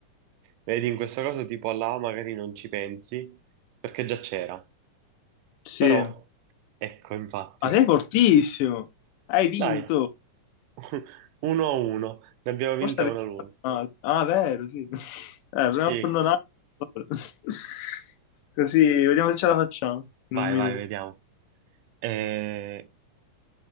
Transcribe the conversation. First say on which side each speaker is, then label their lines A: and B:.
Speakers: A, on the right; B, on the left.
A: Vedi, in questa cosa tipo alla A magari non ci pensi, perché già c'era.
B: Sì.
A: Però, ecco, infatti.
B: Ma sei fortissimo! Hai vinto!
A: Dai, <laughs> uno a uno, ne abbiamo vinta
B: Forse arrivi
A: una l'una.
B: male. Ah, vero, sì. <laughs> Eh, proviamo
A: Sì,
B: a farne un altro. <laughs> Così, vediamo se ce la facciamo in
A: vai,
B: un minuto.
A: vai, vediamo. Eh,